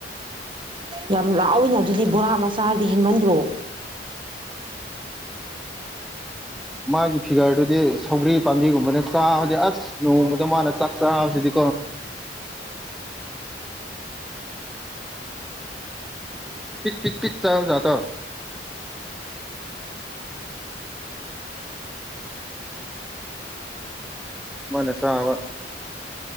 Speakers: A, on the right; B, in the centre.
A: ꯌꯥꯝ ꯂꯥꯎꯏꯅ ꯑꯗꯨꯗꯤ ꯕꯣꯔꯥ ꯃꯆꯥꯔꯗꯤ ꯍꯦꯟꯃꯟꯗ꯭ꯔꯣ
B: ꯃꯥꯒꯤ ꯐꯤꯒꯔꯗꯨꯗꯤ ꯁꯧꯒ꯭ꯔꯤ ꯄꯥꯝꯕꯤꯒꯨꯝꯕꯅꯦ ꯆꯥꯕꯗꯤ ꯑꯁ ꯅ ꯃꯗ ꯃꯥꯅꯁ ꯆꯥꯛꯆꯥꯗꯤ ꯄꯤꯛ ꯄꯤꯛ ꯄꯤꯛ ꯆꯥ ꯇꯣ ꯃꯅꯦ ꯆꯕ